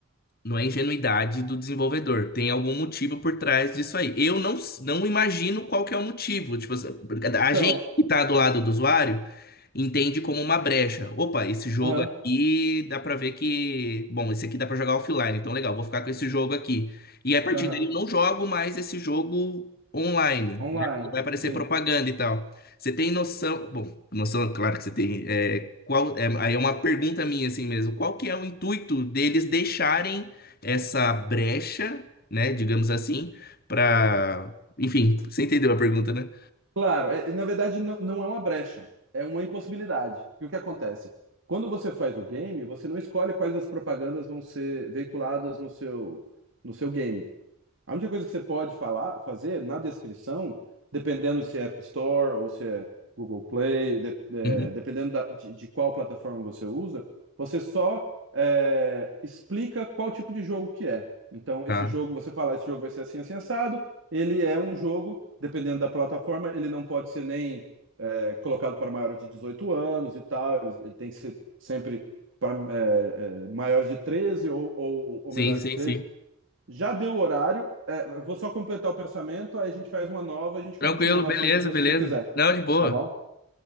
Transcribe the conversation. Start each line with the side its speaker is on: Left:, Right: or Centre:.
Left: Não é ingenuidade do desenvolvedor. Tem algum motivo por trás disso aí. Eu não, s- não imagino qual que é o motivo. Tipo, assim, a
Right: Então,
Left: gente que tá do lado do usuário entende como uma brecha. Opa, esse jogo
Right: aham,
Left: aqui dá pra ver que. Bom, esse aqui dá pra jogar offline, então legal, vou ficar com esse jogo aqui. E a partir
Right: aham.
Left: daí eu não jogo mais esse jogo online,
Right: Online,
Left: né? Porque vai aparecer
Right: sim.
Left: propaganda e tal. Você tem noção? Bom, noção, claro que você tem. é, qual, é, aí é uma pergunta minha assim mesmo. Qual que é o intuito deles deixarem essa brecha, né, digamos assim, para, enfim, você entendeu a pergunta, né?
Right: Claro, é- na verdade não, não é uma brecha, é uma impossibilidade. E o que acontece? Quando você faz o game, você não escolhe quais as propagandas vão ser veiculadas no seu, no seu game. A única coisa que você pode falar, fazer na descrição, dependendo se é App Store ou se é Google Play, de- é,
Left: Uhum,
Right: dependendo da- de, de qual plataforma você usa, você só é, explica qual tipo de jogo que é. Então,
Left: tá.
Right: esse jogo, você fala, esse jogo vai ser assim, assim, assado. Ele é um jogo, dependendo da plataforma, ele não pode ser nem é, colocado para maiores de 18 anos e tal. Ele, ele tem que ser sempre para é, é, maiores de 13 ou, ou, ou
Left: Sim,
Right: menores
Left: sim,
Right: de 13.
Left: sim.
Right: Já deu o horário. É, eu vou só completar o pensamento, aí a gente faz uma nova, a gente
Left: Tranquilo,
Right: continua no
Left: beleza,
Right: assunto se você
Left: beleza.
Right: quiser,
Left: Não, de boa.
Right: tá bom?